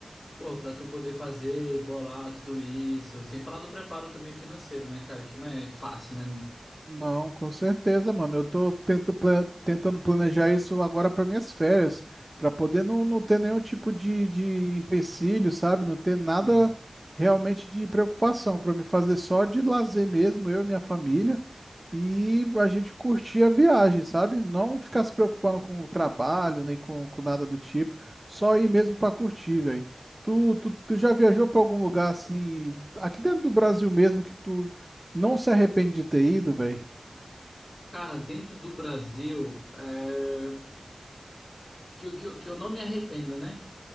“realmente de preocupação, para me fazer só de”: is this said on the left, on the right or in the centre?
Right